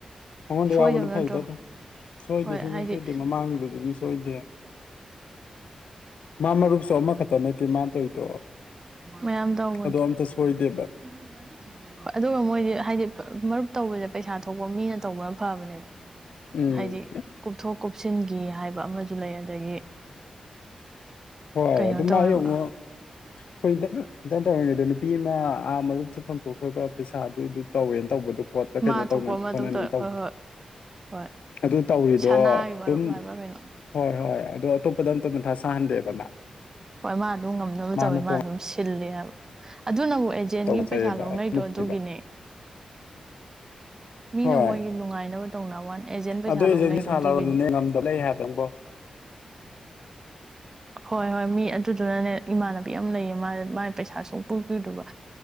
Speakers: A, on the left; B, on the right.
A: ꯃꯉꯣꯟꯗ
B: ꯁꯣꯏꯗꯕ
A: ꯌꯥꯎꯕꯅ ꯐꯩꯗ
B: ꯅꯠꯇ꯭ꯔꯣ
A: ꯑꯗꯨꯝ ꯁꯣꯏꯗꯦ
B: ꯍꯣꯏ
A: ꯁꯨꯡꯁꯣꯏ
B: ꯍꯥꯏꯗꯤ
A: ꯁꯣꯏꯗꯦ ꯃꯃꯥꯡꯒꯤꯗꯨꯁꯨ ꯑꯗꯨꯝ ꯁꯣꯏꯗꯦ ꯃꯥ ꯃꯔꯨꯞꯁꯨ ꯑꯃꯈꯛꯇ ꯅꯠꯇꯦ ꯃꯥꯅ ꯇꯧꯔꯤꯗꯣ
B: ꯃꯌꯥꯝ ꯇꯧꯕꯅꯤ
A: ꯑꯗꯣ
B: <unintelligible>
A: ꯑꯝꯇ ꯁꯣꯏꯗꯦꯕ
B: ꯍꯣꯏ ꯑꯗꯨꯒ ꯃꯣꯏꯗꯤ ꯍꯥꯏꯗꯤ ꯃꯔꯨꯞ ꯇꯧꯕꯁꯦ ꯄꯩꯁꯥ ꯊꯣꯛꯄ ꯃꯤꯅ ꯇꯧꯕꯅ ꯐꯕꯅꯦꯕ
A: ꯎꯝ
B: ꯍꯥꯏꯗꯤ ꯀꯨꯞꯊꯣꯛ ꯀꯨꯞꯁꯤꯟꯈꯤ ꯍꯥꯏꯕ ꯑꯃꯁꯨ ꯂꯩ ꯑꯗꯒꯤ
A: ꯍꯣꯏ
B: ꯀꯩꯅꯣ
A: ꯑꯗꯨꯝ ꯃꯥꯥꯏ
B: ꯇꯧꯋꯦꯕ
A: ꯑꯃꯨꯛ ꯑꯩꯈꯣꯏ ꯏꯇꯔꯟ ꯇꯧꯔꯤꯉꯩꯗ ꯅꯨꯄꯤ ꯑꯃ ꯑꯥ ꯃꯔꯨꯞꯁꯨ ꯐꯗꯣꯛꯈ꯭ꯔꯒ ꯄꯩꯁꯥꯗꯨ ꯑꯗꯨ ꯇꯧꯋꯦꯅ ꯇꯧꯕꯗꯣ ꯑꯣ ꯀꯩꯅꯣ
B: ꯃꯥ
A: ꯇꯧ
B: ꯊꯣꯛꯄ ꯑꯃ
A: ꯍꯣꯠꯅꯅꯤꯅ
B: ꯑꯗꯨꯝ ꯇꯧꯋꯦ
A: ꯇꯧꯕꯗꯣ
B: ꯍꯣꯏ ꯍꯣꯏ ꯍꯣꯏ
A: ꯑꯗꯨ ꯇꯧꯔꯤꯗꯣ
B: ꯁꯅꯥꯒꯤ
A: ꯑꯗꯨꯝ
B: ꯃꯔꯨꯞ ꯍꯥꯏꯕ꯭ꯔꯥ ꯀꯩꯅꯣ
A: ꯍꯣꯏ ꯍꯣꯏ ꯑꯗꯣ ꯑꯇꯣꯞꯄꯗ ꯑꯝꯇ ꯃꯟꯊ ꯁꯥꯍꯟꯗꯦꯕ ꯃꯥ
B: ꯍꯣꯏ ꯃꯥ ꯑꯗꯨꯝ ꯉꯝꯅꯕ
A: ꯃꯥꯅ
B: ꯇꯧꯋꯤ ꯃꯥ
A: ꯇꯣꯉꯥꯟ
B: ꯑꯗꯨꯝ ꯁꯤꯜꯂꯤ ꯍꯥꯏꯕ ꯑꯗꯨꯅꯕꯨ ꯑꯦꯖꯦꯟꯒꯤ
A: ꯇꯧꯖꯩꯑꯕ
B: ꯄꯩꯁꯥ ꯂꯧꯅꯩꯗꯣ
A: ꯑꯗꯨꯅꯕ
B: ꯑꯗꯨꯒꯤꯅꯦ ꯃꯤꯅ
A: ꯍꯣꯏ
B: ꯃꯣꯏꯒꯤ ꯅꯨꯡꯉꯥꯏꯅꯕ ꯇꯧꯅ ꯋꯥꯟ ꯑꯦꯖꯦꯟ ꯄꯩꯁꯥ
A: ꯑꯗꯨ ꯑꯦꯖꯦꯟꯒꯤ
B: ꯂꯧꯅꯩꯗꯣ
A: ꯁꯥ
B: ꯑꯗꯨꯒꯤꯅꯤ
A: ꯂꯧꯔꯗꯨꯅꯦ ꯉꯝꯗꯕ ꯂꯩ ꯍꯥꯏꯕ ꯅꯪꯕꯣ
B: ꯍꯣꯏ ꯍꯣꯏ ꯃꯤ ꯑꯗꯨꯗꯨꯅꯅꯦ ꯏꯃꯥꯅꯕ ꯂꯩ ꯃꯥ ꯄꯩꯁꯥ ꯁ ꯄꯨꯕꯤꯨꯗꯕ